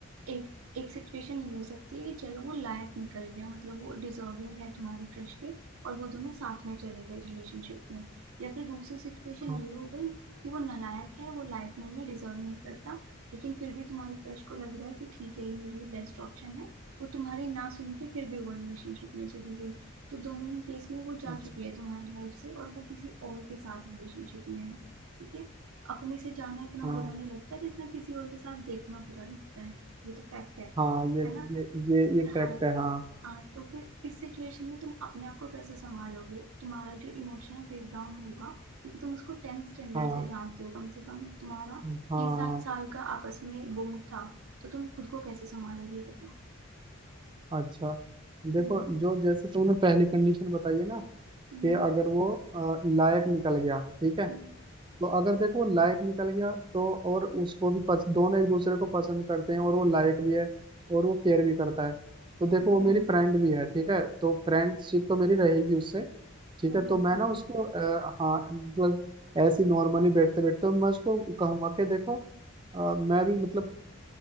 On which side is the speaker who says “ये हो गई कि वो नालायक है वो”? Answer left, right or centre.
Right